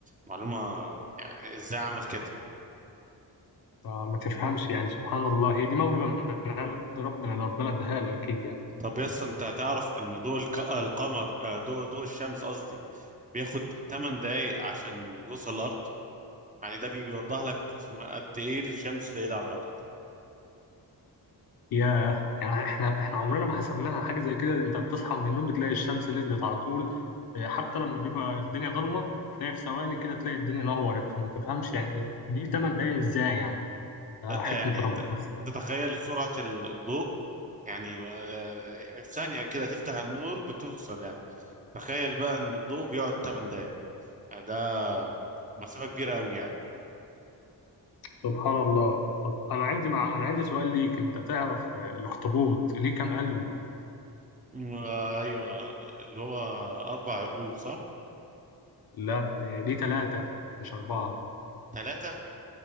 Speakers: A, on the right; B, on the left.
A: معلومة يعني ازاي اعمل كده
B: آه، ما تفهمش يعني سبحان الله هي دي موهبه من عند ربنا ده ربنا اداها له اكيد يعني
A: طب يس انت تعرف ان ضوء الك... القمر آه، ضوء ضوء الشمس قصدي بياخد 8 دقايق عشان يوصل الارض يعني ده بي- بيوضح لك اسمه قد ايه الشمس بعيدة عن الارض
B: ياه يعني احنا احنا عمرنا ما حسبناها حاجه زي كده انت بتصحى من النوم بتلاقي الشمس نزلت على طول اه، حتى لما بيبقى الدنيا ضلمه تلاقي في ثواني كده تلاقي الدنيا نورت فما تفهمش يعني ايه دي 8 دقايق ازاي يعني ده
A: لا
B: حكمه
A: آه، يعني
B: ربنا
A: انت انت تخيل سرعة الضوء يعني آه، آه، في ثانية كده تفتح النور بتوصل يعني. تخيل بقى ان الضوء بيقعد 8 دقايق ده مسافة كبيرة قوي يعني
B: سبحان الله طب انا عندي مع... انا عندي سؤال ليك انت تعرف اه، الاخطبوط ليه كام قلب
A: مم. آه، ايوه اللي هو اربع قلوب صح
B: لا اه، ليه ثلاثه مش اربعه
A: ثلاثة